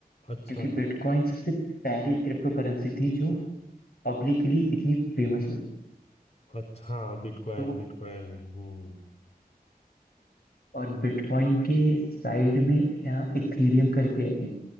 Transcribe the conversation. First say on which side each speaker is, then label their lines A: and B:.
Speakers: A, on the left; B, on the left.
A: अच्छा
B: क्योंकि बिटकॉइन सबसे पहली क्रिप्टो करेंसी थी जो पब्लिकली इतनी फेमस हुई
A: अच्छा हाँ बिटकॉइन
B: तो
A: बिटकॉइन ही हम्म
B: और
A: बि-
B: बिटकॉइन के साइड में यहाँ इथीरियम करके है एक